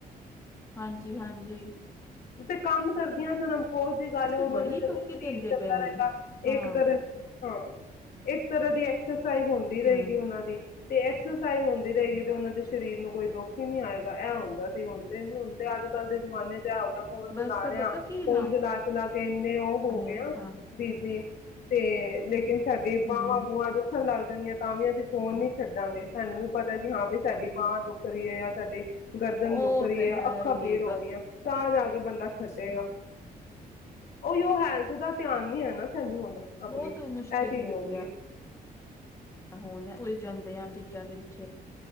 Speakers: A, on the left (about 20°); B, on the left (about 70°).
A: ਹਾਂਜੀ, ਹਾਂਜੀ।
B: ਤੇ ਕੰਮ ਕਰਦੀਆਂ ਸਨ। ਹੋ ਜ ਗੱਲ
A: ਇਸ
B: ਉਹਨਾਂ
A: ਤੇ ਬੜੀ
B: ਦਾ ਜਦੋਂ
A: ਲੋਕੀ
B: ਸਰੀਰ
A: ਦਿੰਦੇ
B: ਚੱਲਦਾ
A: ਪਏ ਨੇ
B: ਰਹੇਗਾ
A: ਹਾਂ
B: ਇੱਕ ਤ ਹਾਂ ਇੱਕ ਤਰ੍ਹਾਂ ਦੀ ਐਕਸਸ ਸਾਈਜ਼ ਹੁੰਦੀ ਰਹੇਗੀ
A: ਹਮ
B: ਉਹਨਾਂ ਦੀ ਤੇ ਐਕਸਰਸਾਈਜ਼ ਹੁੰਦੀ ਰਹੇਗੀ ਤੇ ਉਹਨਾਂ ਦੇ ਸਰੀਰ ਨੂੰ ਕੋਈ ਦੁੱਖ ਹੀ ਨਹੀਂੀ ਆਏਗਾ ਇਹ ਹੁੰ ਅਸੀਂ ਹੁੰਦੇ ਹੁਣ ਤੇ ਅੱਜ ਕੱਲ ਦੇ ਜ ਜ਼ਮਾਨੇ ਚ ਹੋ ਗਿਆ ਫੋਨ
A: ਬਸ
B: ਚਲਾ ਰਿਹਾ
A: ਪਤਾ ਕੀ
B: ਫੋਨ
A: ਨਾਮ
B: ਚਲਾ ਚਲਾ ਤਿੰਨ ਤੇ ਉਹ ਹੋ
A: ਏ
B: ਗਿਆ
A: ਹਾਂ
B: ਬੀਜੀ ਤੇ ਲੇਕਿਨ ਸਾਡੇ ਬਾਹਵਾਂ
A: ਹਮ
B: ਬੂਆਂ ਦੁੱਖਣ ਲੱਗਦਾ ਜਾਆਂ ਤਾਂ ਵੀ ਅਸੀਂ ਫੋਨ ਨ ਛੱਡਾਂਗੇ ਸਾਨੂੰ ਵੀ ਪਤਾ ਕਿ ਹਾਂ ਵੀ ਸਾਡੀ ਬਾਂਹਾਂ ਦੁੱਖ ਰਹੀ ਹੈ ਜਾਂ ਸਾਡੇ ਗਰਦਨ ਦੁੱਖ
A: ਉਹ
B: ਰਹੀ
A: ਤੇ
B: ਹੈ। ਅੱਖਾਂ
A: ਹੀ
B: ਪੀੜ ਹੋ ਰਹੀਆਂ ਤਾਂ ਜਾ ਕੇ ਬੰਦਾ
A: ਬਸ
B: ਛੱਡੇਗਾ ਉਹੀ ਉਹ ਹੈਲਥ ਦਾ ਧਿਆਨ ਨੀ ਹੈ। ਨਾ ਸਾਨੂੰ ਹੁਣ ਆਪਣੀ
A: ਬਹੁਤ ਮੁਸ਼ਕਿਲ
B: ਇਹ ਚੀਜ਼ ਹੋ
A: ਗਿਆ
B: ਗਈ ਹੈ।
A: ਹੁਣ ਉਲਝਦੇ ਆ ਜ ਬੱਚਾਂ ਦੇ ਪਿੱਛੇ